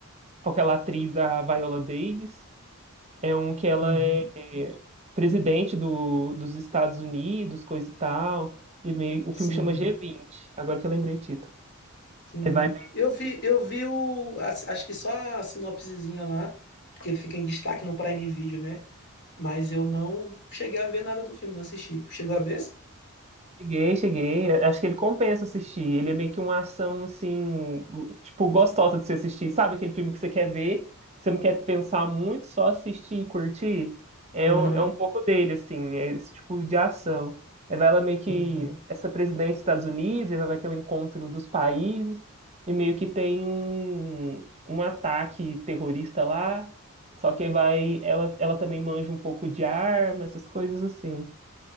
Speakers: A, on the right; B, on the left.
A: aquela atriz da Viola Davis. É um que ela
B: Uhum.
A: é presidente do, dos Estados Unidos, coisa e tal. E meio, o filme
B: Sim,
A: chama G20, agora que eu lembrei o título.
B: sim.
A: É, vai
B: Eu vi, eu vi o, a- acho que só a sinopsezinha lá, porque ele fica em destaque no Prime Video, né? Mas eu não cheguei a ver nada do filme, não assisti. Tu chegou a ver?
A: Cheguei, cheguei. Acho que ele compensa assistir. Ele é meio que uma ação, assim, go- tipo, gostosa de se assistir. Sabe aquele filme que você quer ver, você não quer pensar muito, só assistir e curtir? É,
B: Aham,
A: um- é um pouco dele, assim, é esse tipo de ação. Aí vai ela meio que,
B: entendi.
A: essa presidência dos Estados Unidos, aí vai ter o encontro dos países, e meio que tem um, um ataque terrorista lá, só que aí vai, ela, ela também manja um pouco de arma, essas coisas assim.